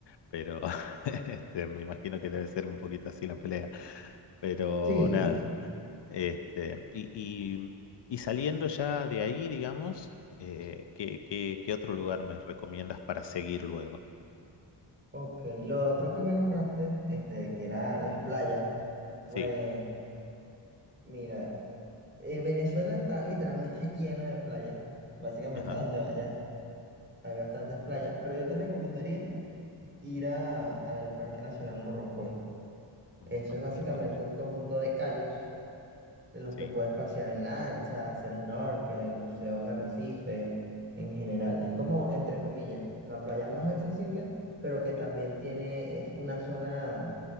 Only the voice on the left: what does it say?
Pero <laughs> este, me imagino que debe ser un poquito así la pelea. Pero
nada, este, y, y, y saliendo ya de ahí, digamos, eh, ¿qué, qué, qué otro lugar me recomiendas para seguir luego?
Sí.
Ajá,
Morrocoy,
ok,
sí,
sí.